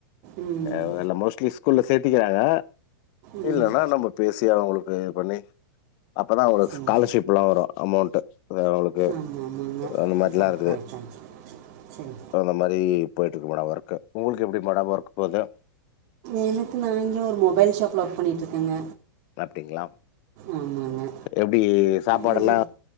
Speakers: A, on the right; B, on the left.
A: ம்
B: அ எல்லா மோஸ்ட்லி ஸ்கூல்ல சேத்திக்கிறாங்க
A: ம்
B: இல்லன்னா நம்ம பேசி அவுங்களுக்கு இது பண்ணி அப்பதா அவுங்களுக்கு
A: சரி
B: ஸ்காலர்ஷிப்ல்லா வரு அமௌன்ட்டு அவுங்களுக்கு
A: ஆமா ஆமாங்க
B: அந்த மாதிரில்லா
A: கரெக்ட்
B: இருக்குது
A: கரெக்ட் சரி
B: அந்த மாரி போய்ட்டுருக்கு மேடம் ஒர்க்கு உங்களுக்கு எப்டி மேடம் ஒர்க் போது
A: எனக்கு நா இங்க ஒரு மொபைல் ஷாப்ல ஒர்க் பண்ணிட்டுருக்கேங்க
B: சாப்ட்டீங்ளா
A: ஆமாங்க
B: எப்டி சாப்பாடெல்லா
A: அது